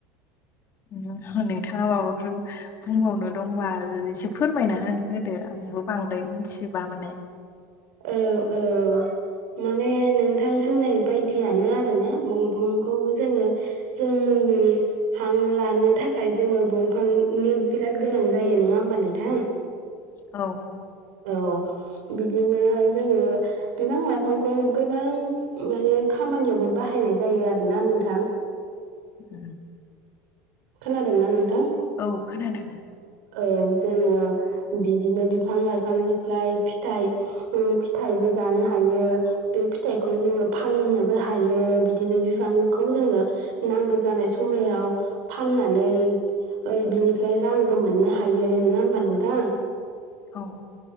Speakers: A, on the left; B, on the right.
A: नोंथाङा माबाफोर बुंबावनो दंबा एसे फोरमायना हो होदो? आंबो बांद्राय मिथिजोबा माने
B: औ-औ माने नोंथां होननाय बायदियानो आरोना बंफंखौ जोङो जोंनि हां लानो थाखाय जोङो बंफांनि बिराद गोनां जायो नङा होमबा नोंथां।
A: औ
B: औ बिदिनो जोङो बिफां लाइफांखौ गोबां माने खामानियावबो बाहायनाय जायो आरोोना नोंथां।
A: उम
B: खोनादोंना नोंथां?
A: औ खोनादों
B: औ जोङो बिदिनो बिफां लाइफांनिफ्राय फिथाइ फिथाइबो जानो हायो बे फिथाइखौ जोङो फाननोबो हायो बिदिनो बिफांखौ जोङो नांगौ जानाय समायाव फाननानै बिनिफ्राय रां बो मोननो हायो नङा होमबा नोंथां?
A: औ